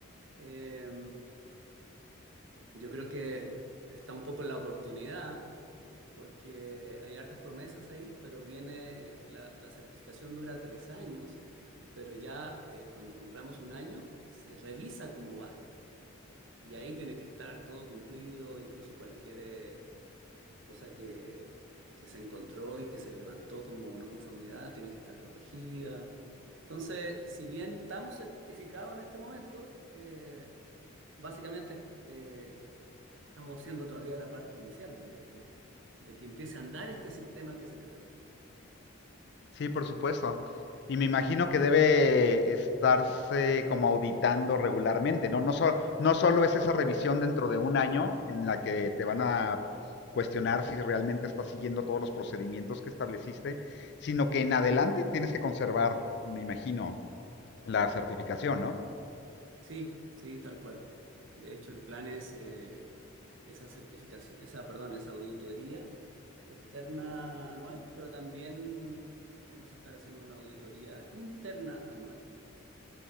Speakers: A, on the right (about 65°); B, on the left (about 55°).
A: eh, yo creo que está un poco en la oportunidad, porque hay hartas promesas ahí, pero viene, eh, la, la certificación dura tres años, pero ya eh, cuando cumplamos un año, se revisa cómo va. Y ahí tiene que estar todo cumplido, incluso cualquier... eh, cosa que, que se encontró y que se levantó como no conformidad, tiene que estar corregida. Entonces, si bien estamos certificados en este momento, eh, básicamente eh, estamos siendo todavía la parte inicial de, de- de que empiece a andar este sistema que se creó.
B: Sí, por supuesto. Y me imagino que debe estarse como auditando regularmente, ¿no? No, so- no solo es esa revisión dentro de un año en la que te van a cuestionar si realmente estás siguiendo todos los procedimientos que estableciste, sino que en adelante tienes que conservar, me imagino, la certificación, ¿no?
A: Sí, sí, tal cual. De hecho, el plan es eh, esa certificación, esa, perdón, esa auditoría externa anual, pero también eh, vamos a estar haciendo una auditoría interna anual.